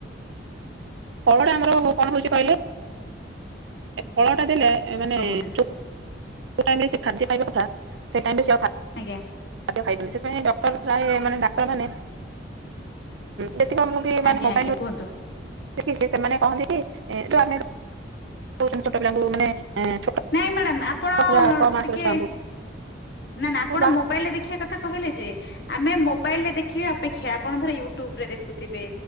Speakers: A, on the right; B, on the left.
A: ଫଳଟା ଆମର କଣ ହଉଛି କହିଲେ ଏ ଫଳ ଟା ଦେଲେ ଏ ମାନେ
B: କଣ କହୁଛନ୍ତି
A: ସେ ଖାଦ୍ୟ ଖାଇବା କଥା ସେ ଟାଇମରେ ଖାଦ୍ୟ
B: ଆଜ୍ଞା
A: ଖାଇବନି ସେଥିପାଇଁ ପ୍ରାୟ ମାନେ ଡାକ୍ତର ମାନେ ଯେତିକ ମୁଁ ବି ମାନେ
B: ଆଜ୍ଞା
A: ମୋବାଇଲ।
B: ଆଜ୍ଞା କୁହନ୍ତୁ
A: ଦେଖିଛି ସେମାନେ କହନ୍ତି କି ଏ ଯୋଉ ଆମେ ଛୋଟ ପିଲାଙ୍କୁ ମାନେ ଛୋଟ
B: ନାଇଁ ମ୍ୟାଡ଼ମ୍। ଆପଣ
A: ପୁରା ଛଅ ମାସର
B: ଟିକେ।
A: ଛୁଆଙ୍କୁ
B: ନା ନା ଆପଣ
A: ମୁଁ ବା
B: ମୋବାଇଲରେ ଦେଖିବା କଥା କହିଲେ ଯେ ଆମେ ମୋବାଇଲ ରେ ଦେଖିବେ ଅପେକ୍ଷା ଆ ଆପଣ ଧର ୟୁଟ୍ୟୁବରେ ଦେଖୁଥିବେ।